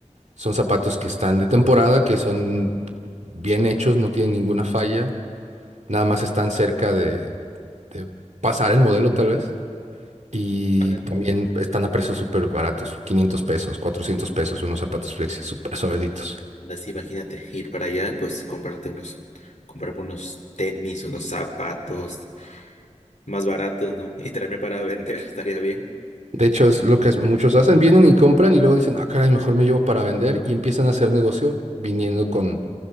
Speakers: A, on the right; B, on the left.
A: Son zapatos que están de temporada, que son bien hechos, no tienen ninguna falla, nada más están cerca de, de pasar el modelo tal vez. Y
B: ándale.
A: también están a precios súper baratos, 500 pesos, 400 pesos, unos zapatos flexi súper suavecitos.
B: Así, imagínate, ir para allá, pues comprarte unos, comprarme unos tenis, unos zapatos más baratos, ¿no? <laughs> Y traerme para vender, <laughs> estaría bien.
A: De hecho, es lo que es- muchos hacen, vienen y compran y luego dicen, ah, caray, mejor me llevo para vender y empiezan a hacer negocio viniendo con,